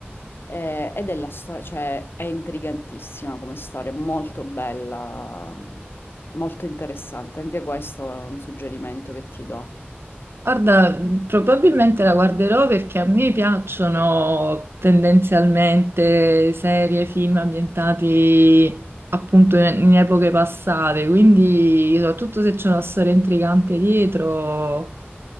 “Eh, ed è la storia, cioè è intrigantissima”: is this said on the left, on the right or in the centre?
Left